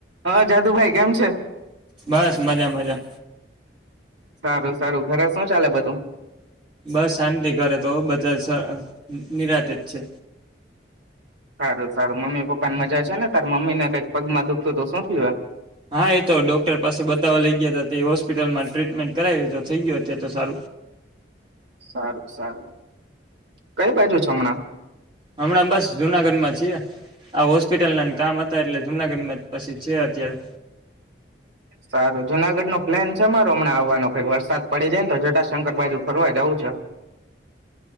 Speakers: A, on the right; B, on the right.
A: હા, જાદુભાઈ કેમ છે.
B: બસ મજા, મજા
A: સારુ સારુ ઘરે શું, ચાલે બધું
B: બસ, શાંતિ ઘરે તો બધા નિરાતેજ છે.
A: સારુ સારુ મમ્મી પપ્પાની મજા છેને, તાર મમ્મી ને કક પગમાં દુઃખતુ તો શું થય હોય.
B: હા, એ તો ડોક્ટર પાસે બતાવવા લઈ, ગયા હતા. એ હોસ્પિટલમાં ટ્રીટમેન્ટ કરાવી તો થઇ ગયો અત્યારે તો સારું
A: સારુ સારુ કઈ, પાછુ છમણાં
B: હમણા, બસ જુનાગઢમાં છીએ આ, હોસ્પિટલ ના કામ હતા એટલે જુનાગઢમાં પછી છે, અત્યારે
A: સારુ જુનાગઢ નો પ્લેન છે, અમારો હમણાંવાનો કઈક વરસાદ પડી જાયને તો શંકર બાજુ ફરવા દવું છે.